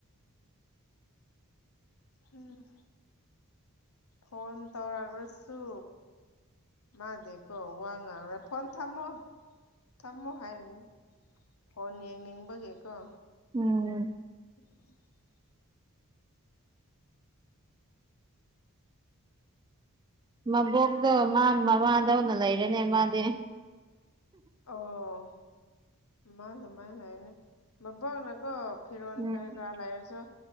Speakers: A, on the left (about 80°); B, on the right (about 20°).
A: ꯎꯝ꯫ ꯐꯣꯟ ꯇꯧꯔꯛꯔꯁꯨ ꯃꯥꯗꯦꯀꯣ ꯋꯥ ꯉꯥꯡꯔ ꯐꯣꯟ ꯊꯝꯃꯣ꯫ ꯊꯝꯃꯣ ꯍꯥꯏꯔꯅꯤ ꯐꯣꯟ ꯌꯦꯡꯅꯤꯡꯕꯒꯤꯀꯣ꯫
B: ꯎꯝ
A: <unintelligible>
B: ꯃꯕꯣꯛꯗꯣ ꯃꯥ ꯃꯃꯥꯗꯧꯅ ꯂꯩꯔꯦꯅꯦ ꯃꯥꯗꯤ꯫
A: ꯑꯣ ꯃꯥꯗꯨꯃꯥꯥꯏ ꯂꯩꯕꯅꯦ ꯃꯕꯣꯛꯅ ꯀꯣ ꯐꯤꯔꯣꯟ
B: ꯎꯝ
A: ꯀꯔꯤ ꯀꯔꯥ ꯂꯩꯔꯖꯨ